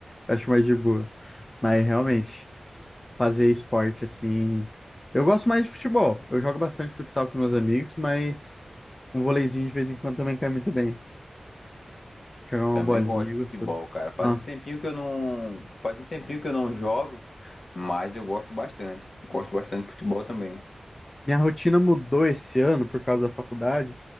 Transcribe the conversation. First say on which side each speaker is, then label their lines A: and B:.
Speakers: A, on the left; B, on the left.
A: eu acho mais de boa. Mas realmente, fazer esporte assim. Eu gosto mais de futebol, eu jogo bastante futsal com meus amigos, mas um voleizinho de vez em quando também cai muito bem. Jogar uma
B: Também
A: bolinha,
B: gosto
A: é
B: de
A: gostoso.
B: futebol, cara. Faz
A: Nossa,
B: um tempinho que eu não, faz um tempinho que eu não jogo, mas eu gosto bastante. Gosto bastante de futebol também.
A: minha rotina mudou esse ano por causa da faculdade,